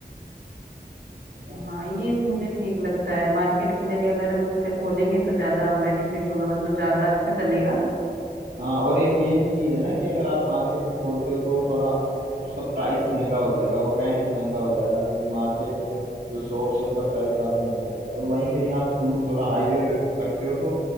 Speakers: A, on the right; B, on the right.
A: है ना
B: हाँ ये तो मुझे ठीक लगता है मार्केट की जगह अगर हम उस पे खोलेंगे तो ज्यादा बेनिफिट होगा मतलब ज्यादा अच्छा चलेगा
A: हाँ और एक ये भी चीज है ना कि अगर आप मार्केट में खोलते हो तो वो थोड़ा उसका प्राइस महंगा हो जाएगा और रेंट महंगा हो जाएगा क्योंकि मार्केट में जो शॉप्स है उनका प्राइस काफी महंगा होता है वहीं कहीं आप दूर थोड़ा हाईवे पे रखते हो तो